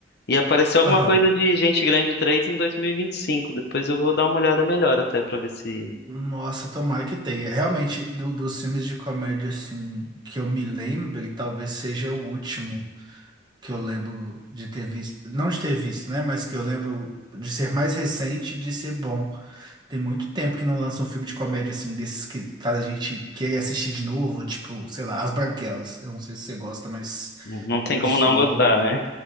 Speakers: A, on the left (about 60°); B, on the right (about 25°).
A: E apareceu alguma
B: Aham.
A: coisa de Gente Grande três em 2025. Depois eu vou dar uma olhada melhor até pra ver se.
B: Nossa, tomara que tenha. Realmente, do- dos filmes de comédia, assim, que eu me lembre, talvez seja o último que eu lembro de ter visto. Não de ter visto, né? Mas que eu lembro de ser mais recente e de ser bom. Tem muito tempo que não lança um filme de comédia, assim, desses que faz a gente querer assistir de novo, tipo, sei lá, As Branquelas. Eu não sei se você gosta, mas
A: Não não tem
B: eu
A: como
B: sou.
A: não gostar, né?